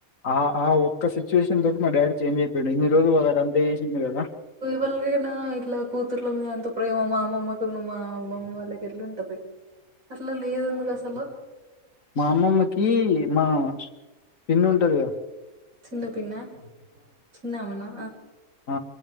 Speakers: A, on the left (about 60°); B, on the right (about 65°).
A: ఆ ఆ ఒక్క సిచ్యువేషన్ తోటి మా డాడీ చేంజ్ అయిపోయిండు. ఇన్నిరోజులు వాళ్ళకి అంత చేసిండు కదా.
B: వాళ్ళకైనా ఇట్లా కూతుర్లు మీద అంత ప్రేమ మా అమమ్మకున్నూ మా మమ్మీ వాళ్ళకి ఎట్లుంటది అట్లా లేదెందుకు అసలు
A: మా అమ్మమ్మకి మా పిన్ని ఉంటది కదా
B: చిన్న పిన్నా, చిన్న అమెనా?
A: ఆ